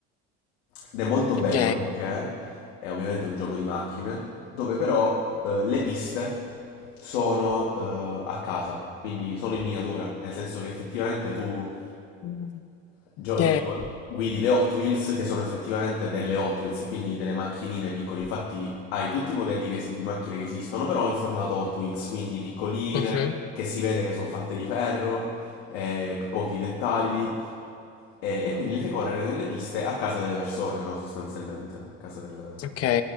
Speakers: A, on the left; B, on the left.
A: ed è molto bello
B: Ok,
A: perché è ovviamente un gioco di macchine dove però eh, le piste sono eh, a casa, quindi sono in miniatura, nel senso che effettivamente tu
B: Mhm.
A: Giochi
B: ok,
A: con guidi le Hot Wheels che sono effettivamente delle Hot Wheels e quindi delle macchinine piccole. Infatti hai tutti i modelli che es- di macchine che esistono, però in formato Hot Wheels, quindi piccoline,
B: Mhm,
A: che si vede che sono fatte di ferro, eh, pochi dettagli. E, e quindi le fai correre nelle piste a casa delle persone, no? Sostanzialmente, a casa del,
B: ok.